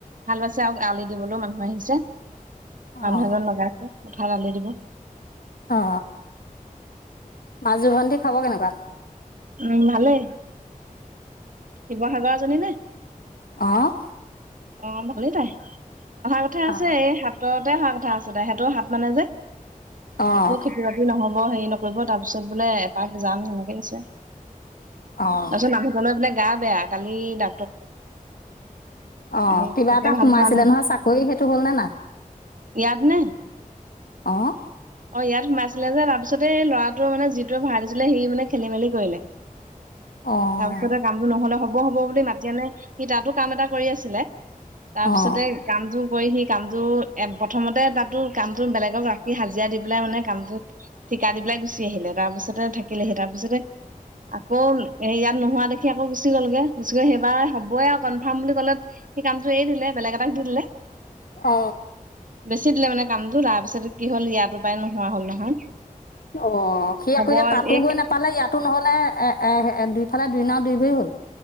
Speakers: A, on the right; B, on the left.
A: হাল বাইছেক আলি দিবলৈও মানুহে আহিছে। মানুহ
B: অঁ
A: এজন লগাইছে। পথাৰত আলি দিব
B: অ মাজো ভন্টিৰ খাব কেনেকুৱা?
A: উম ভালে। শিৱসাগৰ এজনী নে?
B: আহ
A: অ ভালেই তাই। অহা কথা আছে
B: অঁ
A: এই হাততে অহা কথা কথা আছে দে সেত হাত মানে যে
B: অঁ
A: একো খেতি বাতি নহ'ব হ হেৰি নকৰিব তাৰ পিছত বোলে এপাক যাম এনেকে কৈছে।
B: অঁ
A: তাৰপিছত মানুহজনে বোলে। গা বেয়া কালি ডা
B: অ
A: সেই
B: কিবা
A: তাকে
B: এটা
A: ভাল
B: সোমাইছিলে
A: হোৱা নাই।
B: নহয় চাকৰি সেইটো হ'লনে না?
A: ইয়াত নে
B: আহ
A: অ ইয়াত সোমাইছিলে যে তাৰ পিছতে ল'ৰাটোৱে মানে যিটোৱে ভড়া দিছিলে সি মানে খেলি মেলি কৰিলে।
B: অঁ
A: তাৰপিছতে কামটো নহলে হ'ব হ'ব বুলি মাতি আনে সি তাতো কাম এটা কৰি আছিলে তাৰপিছতে
B: অঁ
A: কামযু কৰি সি কামটো এ প্ৰথমতে তাতো কামটো বেলেগক ৰাখি হাজিৰা দি পেলাই মানে কামটোত ঠিকা দি পেলাই গুচি আহিলে তাৰপিছতে থাকিলেহি তাৰপিছতে আকৌ ইয়াত নোহোৱা দেখি আকৌ গুচি গ'লগে গুচি গৈ সেইবাৰ হবই আৰু কনফাৰ্ম বুলি কলে সেই কামটো এৰি দিলে বেলেগ এটাক দি দিলে।
B: অ
A: বেছি দিলে মানে কামটো তাৰপিছত কি হ'ল ইয়াতো পাই‌ নোহোৱা হ'ল নহয়
B: অ সি
A: হ'ব
B: আকৌ এতিয়া তাতো
A: এই
B: গৈ নাপালে ইয়াত টো নহ'লে এ এ দুইফালে দুই
A: অ
B: না দুই ভৰি হ'ল।